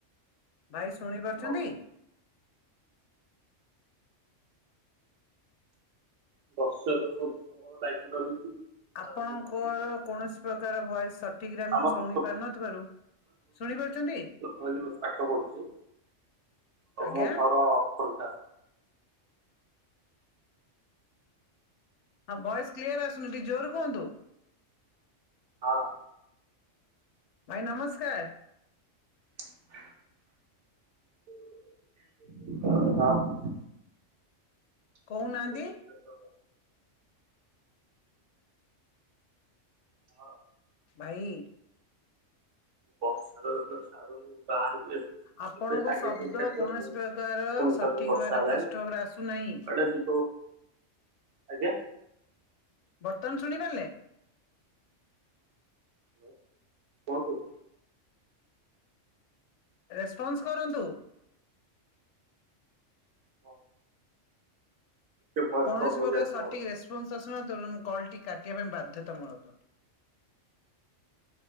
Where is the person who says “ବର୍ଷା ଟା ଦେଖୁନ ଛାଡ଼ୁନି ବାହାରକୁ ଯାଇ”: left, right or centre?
Right